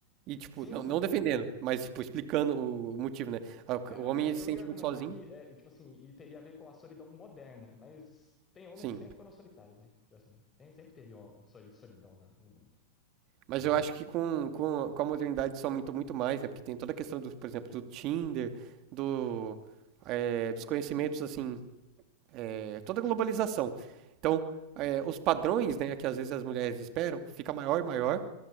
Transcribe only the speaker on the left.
Sim,
sim.
É,
não,
mas eu,
eu
ia argumentar
que, é, e, tipo assim, e teria a ver com a solidão moderna. Mas tem homens
que sempre foram solitários, né? Tipo assim, sempre, sempre teve uma soli- solidão na- no mundo.
Então,